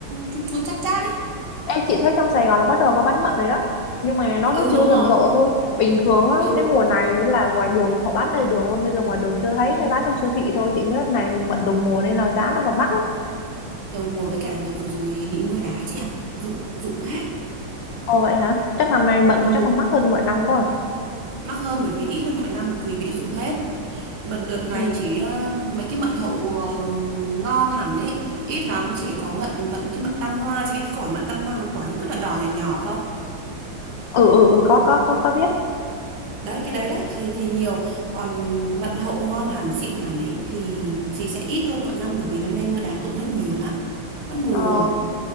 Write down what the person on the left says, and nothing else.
em chị thấy trong Sài Gòn là bắt đầu có bán mận rồi đó nhưng mà nó nó
chưa
rầm
rộ thôi bình thường á
đến mùa này là ngoài đường họ bán đầy đường luôn bây giờ ngoài đường chưa thấy
mới bán trong siêu thị thôi chị nghĩ này mận đồng mùa nên là giá nó còn mắc ấy
ồ vậy hả chắc năm nay mận
chắc còn mắc hơn mọi năm quá à?
ừ.
ừ ừ ừ có có có có biết
ờ,